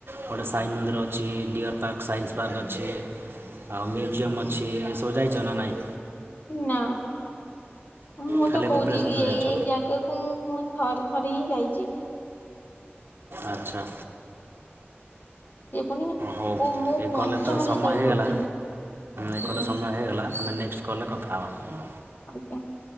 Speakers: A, on the right; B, on the left.
A: ଗୋଟିଏ ସାଇ ମନ୍ଦିର ଅଛି ଡିଅର୍ ପାର୍କ ସାଇନ୍ସ ପାର୍କ ଅଛି। ଆଉ ମ୍ୟୁଜିୟମ୍ ଅଛି ଏ ସବୁ ଯାଇଛ ନା ନାଇଁ?
B: ନା ମୁଁ
A: ଖାଲି
B: ତ କହୁଚି
A: କପିଳାସ
B: କି
A: ମନ୍ଦିର
B: ଏଇ
A: ଯାଇଛ
B: ଏଇ ଜାଗା ମୁଁ ଥରେ ଥରେ ହିଁ ଯାଇଚି।
A: ଆଚ୍ଛା।
B: ସେ ପୁଣି
A: ହଉ
B: ଓ ମୁଁ
A: ଏ
B: ପଞ୍ଚମରେ
A: କଲ ରେ ତ ସମୟ
B: ଯେତେବେଳେ
A: ହେଇଗଲା।
B: ପଢୁଥିଲି
A: ଏ
B: ଆଜ୍ଞା
A: କଲେ ସମୟ ହେଇଗଲା ଆମେ ନେକ୍ସଟ୍ କଲ ରେ କଥା ହବା।
B: ଆଜ୍ଞା।